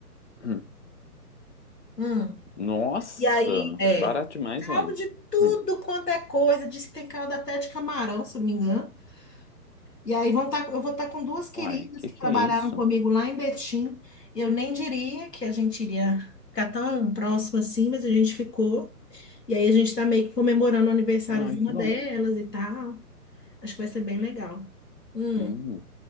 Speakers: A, on the left; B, on the left.
A: hum.
B: Hum.
A: Nossa,
B: E aí, é,
A: barato demais,
B: caldo
A: ué.
B: de tudo
A: Hum.
B: quanto é coisa. Diz que tem caldo até de camarão, se eu não me engano. E aí vão tá, eu vou estar com duas queridas
A: Uai, que
B: que
A: que
B: trabalharam
A: é isso?
B: comigo lá em Betim. Eu nem diria que a gente iria ficar tão próximo assim, mas a gente ficou. E aí a gente está meio que comemorando o aniversário
A: Ai,
B: de uma
A: que
B: delas
A: bom.
B: e tal. Acho que vai ser bem legal. Hum.
A: Hum.